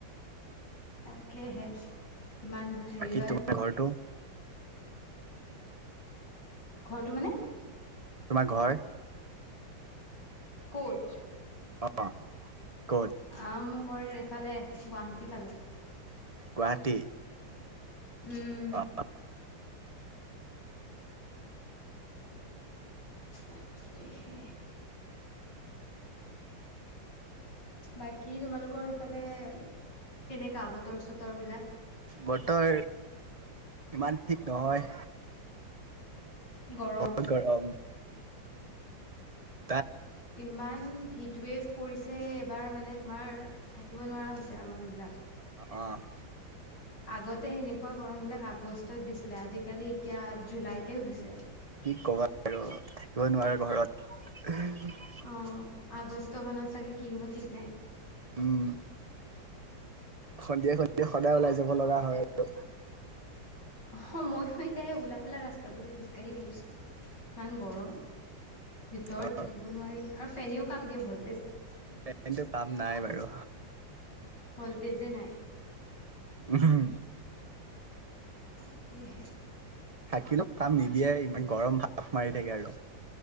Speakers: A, on the left; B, on the right.
A: তাকেহে, কিমান বা হেৰি
B: বাকী
A: হয়
B: তোমাৰ ঘৰটো?
A: ঘৰটো মানে?
B: তোমাৰ ঘৰ?
A: ক'ত?
B: অ', ক'ত?
A: অ', মোৰ ঘৰ এইফালে, গুৱাহাটী ফালে।
B: গুৱাহাটী?
A: উম।
B: অ'।
A: তাকেহে। বাকী তোমালোকৰ সেইফালে কেনেকা বতৰ চতৰ বিলাক?
B: বতৰ ইমান ঠিক নহয়।
A: গৰম।
B: বহুত গৰম। তাত
A: ইমান হিট ৱেভ পৰিছে, এইবাৰ মানে তোমাৰ থাকিব নোৱাৰা হৈছে আৰু মানুহ বিলাক।
B: অ'।
A: আগতে এনেকুৱা গৰম বিলাক আগষ্টত দিছিলে, আজিকালি এতিয়া জুলাইতে হৈছে।
B: কি ক'বা আৰু, থাকিব নোৱাৰে ঘৰত।
A: অ', আগষ্ট মানত চাগে কি হ'ব ঠিক নাই?
B: উম, সন্ধিয়া সন্ধিয়া সদায় ওলাই যাব লগা হয় আৰু।
A: অ', মইও এতিয়া এই ওলাই পেলাই ৰাস্তাটোতে খোজকাঢ়ি ফুৰিছো, ইমান গৰম। ভিতৰত
B: অ',
A: থাকিব নোৱাৰি, আৰু ফেনেও কাম নিদিয়ে ভল
B: <unintelligible> কাম নাই বাৰু।
A: ভল্টেজ যে নাই।
B: উম।
A: তাকেহে।
B: থাকিলো কাম নিদিয়ে, ইমান গৰম ভাপ মাৰি থাকে আৰু।